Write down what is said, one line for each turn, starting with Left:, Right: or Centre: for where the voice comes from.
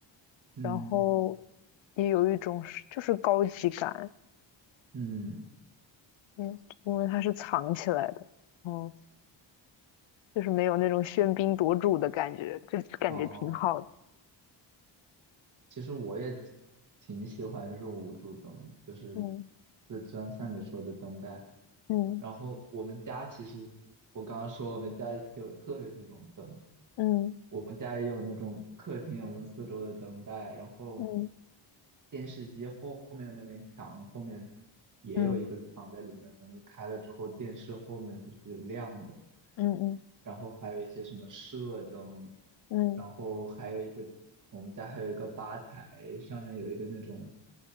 Right: 嗯，
Left: 然后也有一种是就是高级感，
Right: 嗯，
Left: 嗯，因为它是藏起来的，嗯就是没有那种喧宾夺主的感觉，就感觉挺好的。
Right: 哦。其实我也挺挺喜欢这种无主灯的，就是
Left: 嗯
Right: 这张像你说的灯带。
Left: 嗯
Right: 然后我们家其实，我刚刚说我们家其实有特别多种灯，
Left: 嗯
Right: 我们家也有那种客厅有那四周的灯带，然后
Left: 嗯
Right: 电视机后面的那面墙后面也有一个藏在里面的灯，
Left: 嗯
Right: 就开了之后电视后面就是亮的，
Left: 嗯嗯
Right: 然后还有一些什么射灯，
Left: 嗯，
Right: 然后还有一个我们家还有一个吧台，上面有一个那种